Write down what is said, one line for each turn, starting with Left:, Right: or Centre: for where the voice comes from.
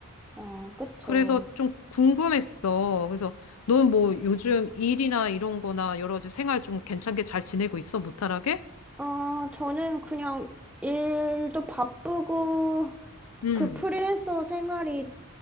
Centre: 어, 그쵸.
Left: 그래서 좀 궁금했어. 그래서 너는 뭐 요즘 일이나 이런 거나 여러 가지 생활 좀 괜찮게 잘 지내고 있어? 무탈하게?
Centre: 어, 저는 그냥 일도 바쁘고,
Left: 응
Centre: 그 프리랜서 생활이